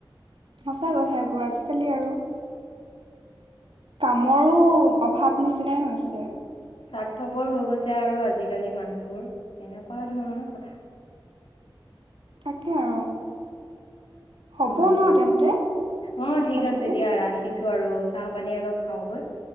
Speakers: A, on the right; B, on the left.
A: সঁচা কথা এইবোৰ আজিকালি আৰু কামৰো অভাৱ নিচিনাই হৈছে।
B: স্বাৰ্থপৰ হৈ গৈছে আৰু আজিকালি মানুহবোৰ তেনেকুৱা ধৰণৰ কথা।
A: তাকে আৰু। হ'ব
B: হয়
A: ন
B: দিয়া,
A: তেন্তে
B: অ' ঠিক
A: আজিলে
B: আছে দিয়া ৰাখিছো আৰু চাহ পানী অলপ খাওঁ গৈ।